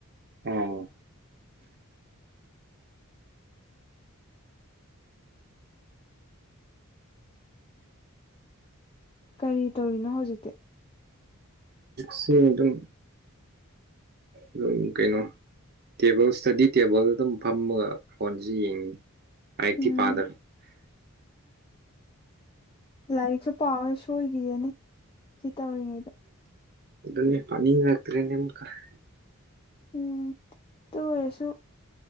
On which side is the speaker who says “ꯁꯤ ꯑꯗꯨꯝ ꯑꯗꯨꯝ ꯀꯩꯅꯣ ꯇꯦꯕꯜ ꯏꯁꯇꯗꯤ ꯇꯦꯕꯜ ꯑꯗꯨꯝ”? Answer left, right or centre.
Right